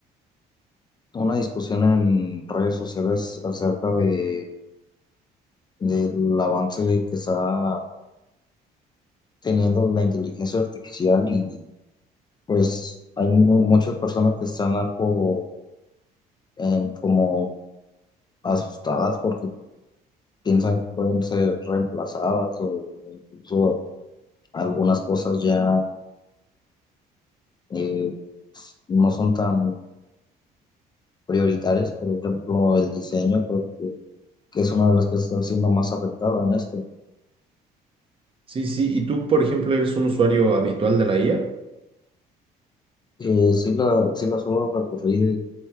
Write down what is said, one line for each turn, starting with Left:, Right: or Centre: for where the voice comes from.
Left: una discusión en redes sociales acerca de, del avance que está teniendo la inteligencia artificial y pues hay mu- muchas personas que están algo em, como asustadas porque piensan que pueden ser reemplazadas o incluso algunas cosas ya eh, no son tan prioritarias, por ejemplo, el diseño, creo que, que es una de las que está siendo más afectada en esto.
Right: Sí, sí. ¿Y tú, por ejemplo, eres un usuario habitual de la IA?
Left: Eh, sí la, sí la suelo recurrir